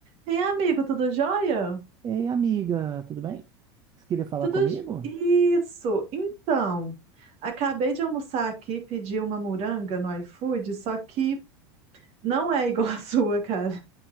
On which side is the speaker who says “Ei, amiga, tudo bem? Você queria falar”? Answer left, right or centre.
Right